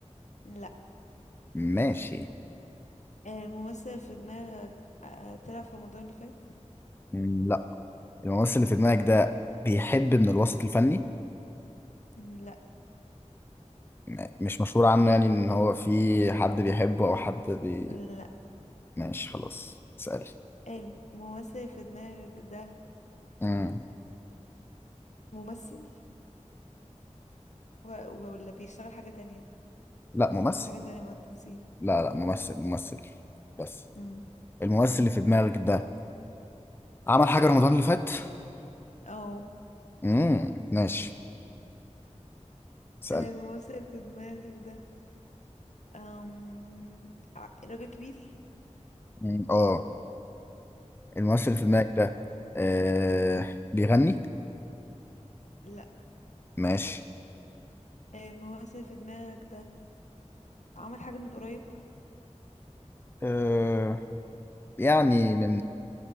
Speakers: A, on the left; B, on the left.
A: لا
B: ماشي
A: الممثل في دماغك آه طلع في رمضان اللي فات
B: مم، لا الممثل اللي في دماغك ده بيحب من الوسط الفني
A: مم، لا
B: م- مش مشهور عنه يعني ان هو في حد بيحبه او حد بي
A: لا
B: ماشي خلاص اسألي
A: الممثل في دماغك ده
B: مم.
A: ممثل و... ولا بيشتغل حاجة تانية
B: لا ممثل
A: حاجة تانية مع التمثيل
B: لا لا ممثل ممثل بس
A: مم.
B: الممثل اللي في دماغك ده عمل حاجة رمضان اللي فات
A: او
B: امم ماشي اسأل
A: الممثل في دماغك ده آم ع- راجل كبير
B: مم، اه الممثل اللي في دماغك ده آه بيغني
A: لا
B: ماشي
A: الممثل في دماغك ده عمل حاجة من قريب
B: آه يعني من